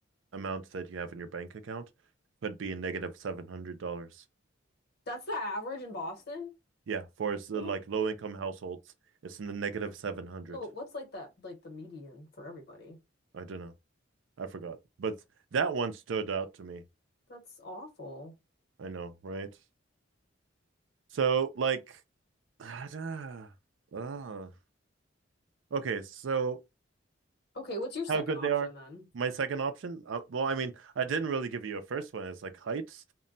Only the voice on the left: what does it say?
<laughs> That's the average in Boston?
<gasps>
No, but what's like that like the median for everybody?
That's awful.
Okay, what's your second
option
then?